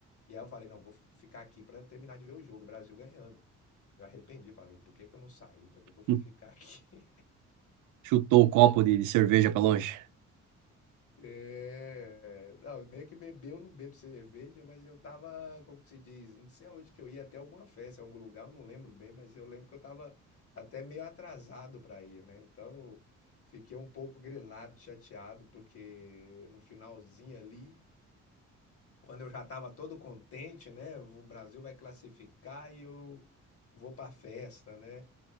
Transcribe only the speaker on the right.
Hum,
Chutou o copo de, de cerveja pra longe.